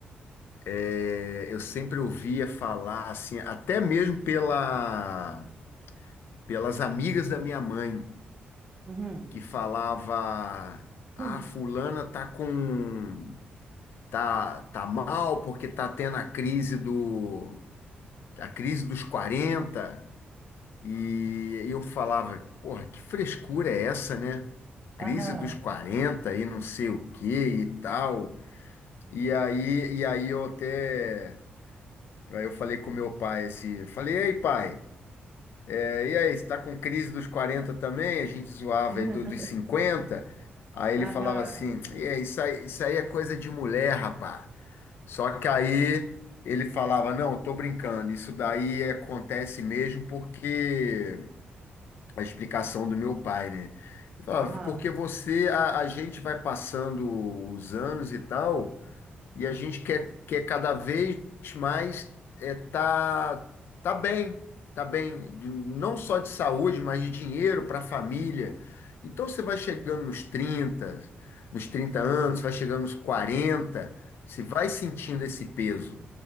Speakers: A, on the left; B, on the right.
A: é, eu sempre ouvia falar, assim, até mesmo pela, pelas amigas da minha mãe,
B: Uhum.
A: que falava, ah,
B: Hum.
A: fulana tá com, tá, tá mal porque tá tendo a crise do, a crise dos 40. E eu falava, porra, que frescura é essa, né? Crise
B: Aham.
A: dos 40 e não sei o que e tal. E aí, e aí eu até. Aí eu falei com meu pai assim, falei, ei pai, é, e aí, você tá com crise dos 40 também? A gente zoava
B: <laughs>
A: ele do- dos cinquenta Aí
B: Aham.
A: ele falava assim, e aí, isso aí, isso aí é coisa de mulher, rapá. Só que aí ele falava, não, eu tô brincando, isso daí acontece mesmo porque a explicação do meu pai, né? Ele falava,
B: Aham.
A: porque você, a, a gente vai passando os anos e tal, e a gente quer, quer cada vez mais é, tá, tá bem, tá bem, de- não só de saúde, mas de dinheiro para a família. Então você vai chegando nos 30, nos 30 anos, vai chegando nos 40, você vai sentindo esse peso.